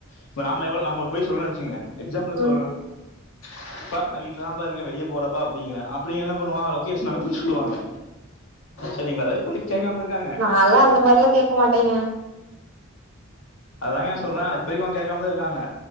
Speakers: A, on the left; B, on the right.
A: இப்ப நாமவள நம்ம ஒருபொய் சொல்லும் நினைச்சோங்க எக்ஸாம்பிள்
B: ம்
A: சொல்லலாம் எப்பா நான் வீட்டுலதான் பா இருக்கேன் வெளியே போலப்பா அப்படிங்கறேன் அப்படிங்க என்ன பண்ணுவா லொகேஷன் அனுப்பு சொல்லுவாங்க சரிங்களா அதான் இப்போ வரைக்கும் கேட்காம
B: உம்
A: இருக்காங்க
B: நாலாம் அந்த மாரிலாம் கேட்க மாட்டேங்க
A: அதுதான்ங்க சொல்றேன் இப்பரைக்கும் அவங்க கேட்காமதான் இருக்காங்க